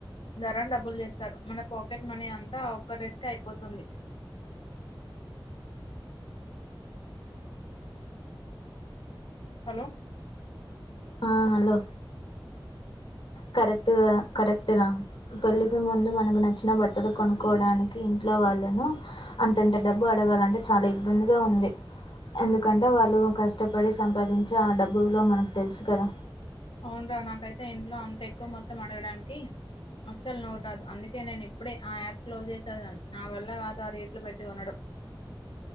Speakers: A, on the left; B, on the left.
A: ధర డబ్బులు చేస్తారు మన పాకెట్ మనీ అంతా ఒక్క రోజుకే అయిపోతుంది హలో
B: ఆ హలో కరెక్ట్గా కరెక్ట్ రేర పెల్లికి ముందు మనకు నచ్చిన బట్టలు కొనుక్కోవడానికి ఇంట్లో లో వాళ్ళము అంతంత డబ్బు అడగాలంటే చాలా ఇబ్బందిగా ఉంది. ఎందుకంటే వాళ్ళు కష్టపడి సంపాదించి ఆ డబ్బు విలువ మనకు తెలుసు కదా
A: అవును రా నాకైతే ఇంట్లో అంత ఎక్కువ మొత్తం అడగడానికి అస్సలు నోరూ రాదు అందుకే నేను ఇప్పుడే ఆ యాప్ క్లోజ్ చేసను నా వల్ల ఆ రెట్లు పెట్టి కొనుడు